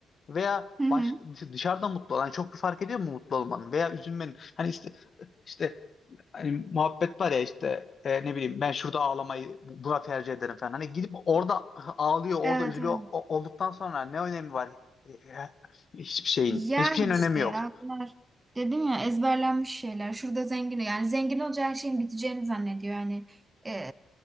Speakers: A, on the left; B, on the right.
A: veya
B: Hı hı.
A: başka dışarıda mutlu ol. Yani çok bir fark ediyor mu mutlu olmanın veya üzülmenin? Hani işte, işte hani muhabbet var ya işte e, ne bileyim ben şurada ağlamayı bu- buna tercih ederim falan. Hani gidip orada ağlıyor, orada
B: Evet
A: üzülüyor
B: evet.
A: o- olduktan sonra ne önemi var? E, e, Hiçbir şeyin.
B: Yani
A: Hiçbir şeyin önemi
B: işte
A: yok.
B: ya bunlar dedim ya ezberlenmiş şeyler. Şurada zengin yani zengin olunca her şeyin biteceğini zannediyor. Yani e,